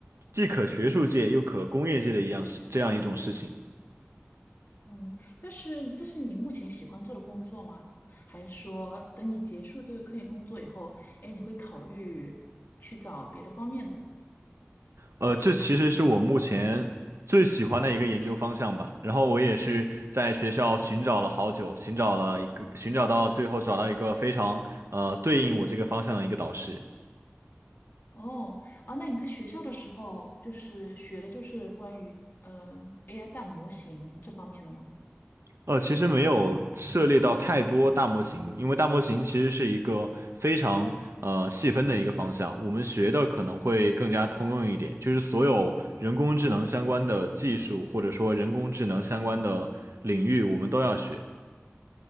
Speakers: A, on the right; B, on the left.
A: 既可学术界又可工业界的一样事，这样一种事情。
B: 嗯，但是这是你目前喜欢做的工作吗？还是说等你结束这个科研工作以后，哎，你会考虑去找别的方面的
A: 呃，这其实是我目前最喜欢的一个研究方向吧。
B: 工作？
A: 然后我也是在学校寻找了好久，寻找了一个，寻找到最后找到一个非常呃对应我这个方向的一个导师。
B: 哦，啊，那你在学校的时候就是学的就是关于嗯、呃 AI 大模型这方面的吗？
A: 呃，其实没有涉猎到太多大模型，因为大模型其实是一个非常呃细分的一个方向，我们学的可能会更加通用一点，就是所有人工智能相关的技术，或者说人工智能相关的领域，我们都要学。